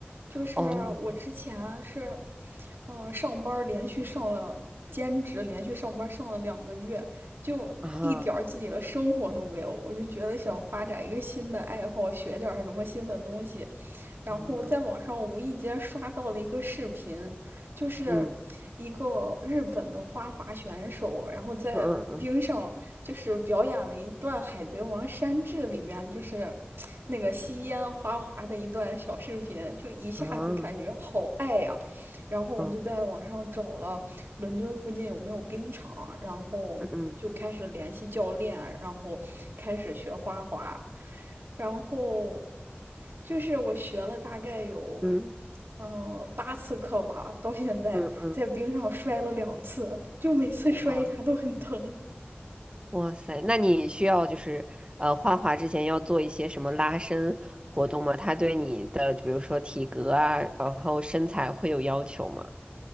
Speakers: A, on the right; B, on the right.
A: 就是我之前是，
B: 哦，
A: 嗯，上班儿连续上了兼职，连续上班儿上了两个月，就一点儿自己的生活都没有，
B: 啊，
A: 我就觉得想发展一个新的爱好，学点儿什么新的东西，然后在网上无意间刷到了一个视频，
B: 啊，
A: 就是一个日本的花滑选手，
B: 嗯，
A: 然后在冰上就是表演了一段《海贼王山治》里面就是
B: 嗯嗯
A: 那个吸烟花滑的一段小视频，就一下子感觉好爱呀、
B: 嗯，啊
A: 啊然后我就在网上找了伦敦附近有没有冰场，
B: 嗯
A: 然后就开始联系教练，
B: 嗯嗯，
A: 然后开始学花滑，然后就是我学了大概有。
B: 嗯
A: 嗯，八次课吧，到现在在冰上摔了两次，
B: 嗯嗯，
A: 就每次摔一下都很疼。
B: 哇。哇塞，那你需要就是呃画画之前要做一些什么拉伸活动吗？它对你的比如说体格啊，然后身材会有要求吗？